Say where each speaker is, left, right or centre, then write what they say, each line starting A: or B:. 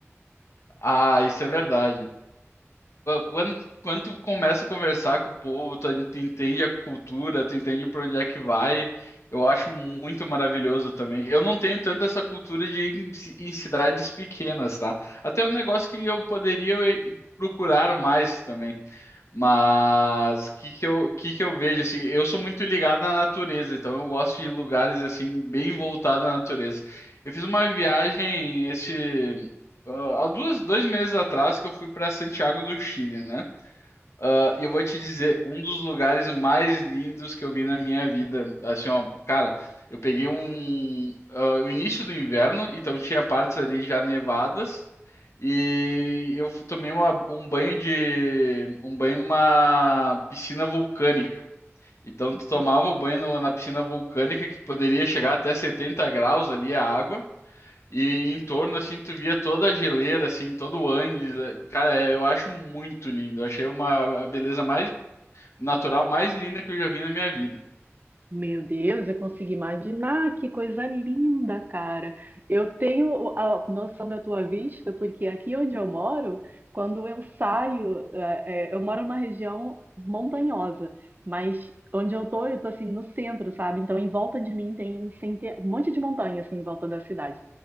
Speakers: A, on the left; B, on the right.
A: Ah, isso é verdade. Quando, quando tu começa a conversar com o povo, tu, tu entende a cultura, tu entende para onde é que vai. Eu acho muito maravilhoso também. Eu não tenho tanto essa cultura de ir em, ci- em cidades pequenas, tá? Até um negócio que eu poderia eh, procurar mais também. Mas o que que eu, que que eu vejo assim, eu sou muito ligado na natureza, então eu gosto de lugares assim bem voltados à natureza. Eu fiz uma viagem esse ah, há duas, dois meses atrás que eu fui para Santiago do Chile, né? Ah, e eu vou te dizer, um dos lugares mais lindos que eu vi na minha vida. Assim, ó, cara, eu peguei um, ah, o início do inverno, então tinha partes ali já nevadas. E eu fu- tomei uma- um banho de, um banho numa piscina vulcânica. Então tu tomava
B: Ah,
A: o banho no- na piscina vulcânica que poderia chegar até 70 graus ali a água. E em torno, assim, tu via toda a geleira, assim, todo o Andes. é- Cara, é, eu acho muito lindo. Eu achei uma a beleza mais natural, mais linda que eu já vi na minha vida.
B: Meu Deus, eu consigo imaginar que coisa linda, cara. Eu tenho a noção da tua vista, porque aqui onde eu moro, quando eu saio, eh, eh, eu moro numa região montanhosa, mas onde eu tô, eu tô assim no centro, sabe? Então em volta de mim tem cente- um monte de montanha assim em volta da cidade.